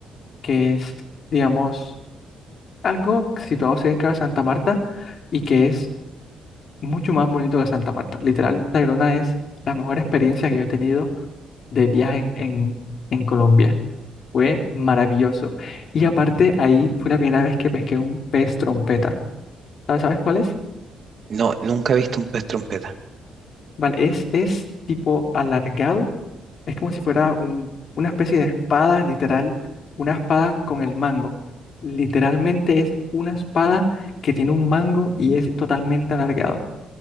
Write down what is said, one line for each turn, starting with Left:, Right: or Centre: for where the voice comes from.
Left: que es, digamos, algo situado cerca de Santa Marta y que es mucho más bonito que Santa Marta. Literal, Tayrona es la mejor experiencia que yo he tenido de viaje en, en, en Colombia. Fue maravilloso. Y aparte, ahí fue la primera vez que pesqué un pez trompeta. ¿Sabes, sabes cuál es?
Right: No, nunca he visto un pez trompeta.
Left: Vale, es, es tipo alargado Es como si fuera un- una especie de espada, literal, una espada con el mango. Literalmente es una espada que tiene un mango y es totalmente alargado.